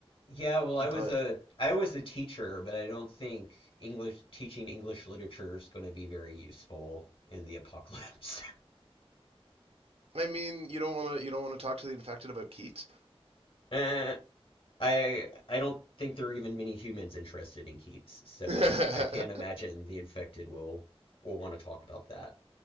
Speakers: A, on the left; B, on the right.
A: Yeah, well, I
B: but
A: was a I was a teacher, but I don't think English teaching English literature is going to be very useful in the apocalypse.
B: I mean, you don't want to you don't want to talk to the infected about Keats.
A: <laughs> Eh, I I don't think there are even many humans interested in Keats, so
B: <laughs>
A: I can't imagine
B: I
A: the infected will will want to talk about that.